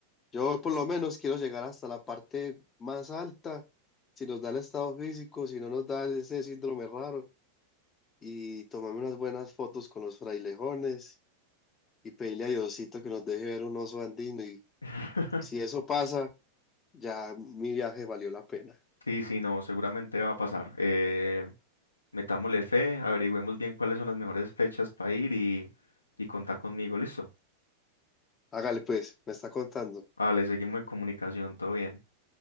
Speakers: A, on the left (about 25°); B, on the left (about 75°).
A: yo por lo menos quiero llegar hasta la parte más alta, si nos da el estado físico, si no nos da ese síndrome raro, y tomarme unas buenas fotos con los frailejones y pedirle a Diosito que nos deje ver un oso andino y
B: <laughs>
A: si eso pasa, ya mi viaje valió la pena.
B: Sí, sí, no, seguramente va a pasar. Eh, metámosle fe, averigüemos bien cuáles son las mejores fechas para ir y, y contá conmigo, listo.
A: Hágale pues, me está contando.
B: Vale, seguimos en comunicación, todo bien.